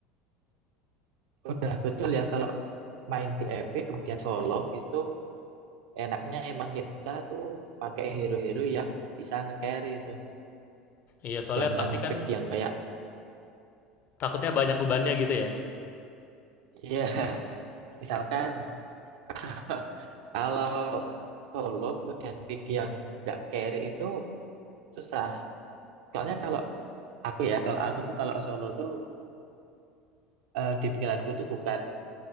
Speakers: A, on the right; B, on the left.
A: udah betul ya kalau main di Epic kemudian solo itu enaknya emang kita tuh pakai hero-hero yang bisa nge-carry itu.
B: Iya, soalnya
A: Jangan
B: pasti kan
A: pick yang kayak,
B: takutnya banyak bebannya gitu ya.
A: ya <laughs> misalkan <laughs> Kalau solo kemudian pick yang nggak carry itu susah. Soalnya kalau aku ya, kalau aku tuh kalau solo tuh eh, di pikiranku tuh bukan